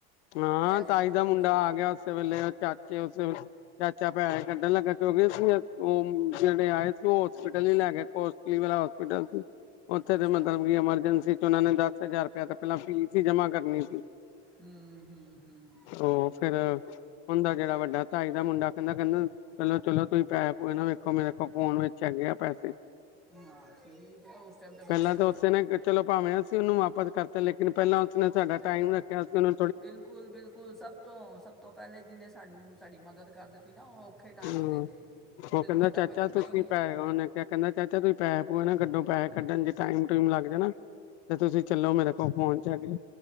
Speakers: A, on the left (about 80°); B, in the centre.
A: ਹਾਂ
B: ਇਹ
A: ਤਾਈ
B: ਸੋਚੋ
A: ਦਾ
B: ਤੁਸੀਂ
A: ਮੁੰਡਾ ਆ ਗਿਆ ਉਸੇ ਵੇਲੇ ਚਾਚੇ ਉਸੇੇ ਵੇਲੇ ਚਾਚਾ ਪੈਸੇ ਕੱਢਣ ਲੱਗਾ ਕਿਉਂਕਿ ਤੁਸੀਂ ਉਹ ਜਿਹੜੇ ਆਏ ਸੀ ਓ ਹੋਸਪਿਟਲ ਹੀ ਲੈ ਗਏ। ਹੋਸ ਕੀਵਰ ਹੋਸਪਿਟਲ ਸੀ। ਉੱਥੇ
B: ਅੱਛਾ
A: ਤੇ ਮਤਲਬ ਕਿ ਐਮਰਜੈਂਸੀ ਚ ਉਹਨਾਂ ਨੇ ਦਸ ਹਜ਼ਾਰ ਰੁਪਇਆ ਤਾਂ ਪਹਿਲਾਂ ਫੀਸ ਹੀ ਜਮਾ ਕਰਨੀ ਸੀ।
B: ਹੂ ਹੂ ਹੂ ਹੂ।
A: ਉਹ ਫਿਰ ਮੁੰਡਾ ਜਿਹੜਾ ਵੱਡਾ ਤਾਈ ਦਾ ਮੁੰਡਾ ਕਹਿੰਦਾ ਕਹਿੰਦਾ ਚਲੋ ਚਲੋ ਤੁਸੀਂ ਪੈਸੇ ਪੂਸੇ ਨਾ ਵੇਖੋ ਮੇਰੇ ਕੋਲ ਫੋਨ ਵਿੱਚ ਹੈਗੇ ਆ ਪੈਸੇ।
B: ਹੂੰ ਹਾਂ ਠੀਕ ਹੈ ਉਸ ਟਾਈਮ ਤੇ ਬੰਦੇ
A: ਪਹਿਲਾਂ
B: ਨੂੰ
A: ਤਾਂ ਉਸੇ
B: ਸਭ
A: ਨੇ ਚਲੋ ਭਾਵੇਂ ਅਸੀਂ ਉਹਨੂੰ ਵਾਪਸ ਕਰਤੇ ਲੇਕਿਨ ਪਹਿਲਾਂ ਉਸਨੇ ਸਾਡਾ
B: ਨਹੀਂ
A: ਟਾਈਮ
B: ਆ
A: ਰੱਖਿਆ ਸੀ ਉਨੂੰ
B: ਬਿਲਕੁਲ ਬਿਲਕੁਲ ਸਭ ਤੋਂ ਸਭ ਤੋਂ ਪਹਿਲੇ ਜਿਨੇ ਸਾਨੂੰ ਸਾਡੀ ਮਦਦ ਕਰ ਦਿੱਤੀ ਨਾ ਉਹ ਔਖੇ ਟਾਈਮ
A: ਹਾਂ
B: ਤੇ ਉਹਦੇ
A: ਉਹ ਕਹਿੰਦਾ
B: ਤੋਂ ਵੱਡਾ
A: ਚਾਚਾ
B: ਕੋਈ ਬੰਦਾ
A: ਤੁਸੀਂ
B: ਹੀ ਨੀ ਹੈਗਾ
A: ਪੈਸੇ ਉਹਨੇ ਕਿਹਾ ਕਹਿੰਦਾ ਚਾਚਾ ਤੁਸੀਂ ਪੈਹੇ ਪੂਹੇ ਨਾ ਕੱਢੋ, ਪੈੇਹੇ ਕੱਢਣ ਚ ਟਾਈਮ ਟੂਮ ਲੱਗ ਜਾਣਾ ਤੇ ਤੁਸੀਂ ਚਲੋ ਮੇਰੇ ਕੋਲ ਫੋਨ ਚ ਹੈਗੇ